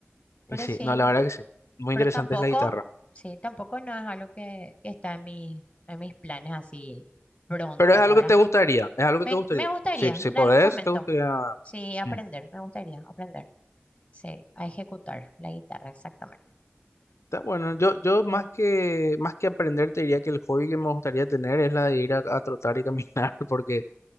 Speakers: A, on the left; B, on the left.
A: Pero
B: y sí,
A: sí,
B: no, la verdad que sí, muy
A: pero
B: interesante
A: tampoco,
B: es la guitarra,
A: sí, tampoco no es algo que, que está en mi, en mis planes así prontos,
B: pero es algo
A: ¿verdad?
B: que te gustaría, es algo que
A: Me,
B: te
A: en-
B: gustaría,
A: me gustaría
B: si, si
A: en
B: podés,
A: algún momento,
B: te gustaría...
A: sí, aprender,
B: mm,
A: me gustaría aprender, sí, a ejecutar la guitarra, exactamente.
B: Está bueno, yo, yo más
A: Sí.
B: que, más que aprender te diría que el hobby que me gustaría tener es la de ir a, a trotar y caminar, <laughs> porque